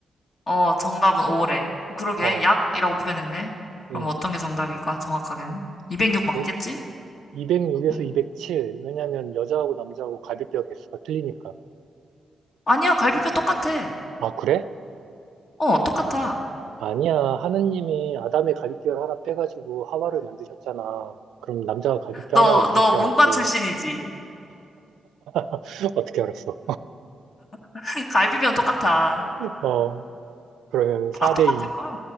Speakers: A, on the left (about 50°); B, on the right (about 85°).
A: 어, 정답은 O래. 그러게,
B: 어,
A: 약이라고 표현했네. 그럼
B: 음.
A: 어떤 게 정답일까, 정확하게는? 206 맞겠지?
B: 네. 206에서
A: 응.
B: 207. 왜냐면 여자하고 남자하고 갈비뼈 개수가 틀리니까.
A: 아니야, 갈비뼈 똑같아.
B: 아, 그래?
A: 어, 똑같아.
B: 아니야. 하느님이 아담의 갈비뼈를 하나 빼가지고 하와를 만드셨잖아. 그럼 남자가 갈비뼈
A: 너,
B: 하나가 부족해야
A: 너 문과
B: 맞지.
A: 출신이지?
B: <laughs> 어떻게 알았어?
A: <laughs> 갈비뼈는 똑같아.
B: 어, 그러면
A: 다
B: 4대2,
A: 똑같을 거야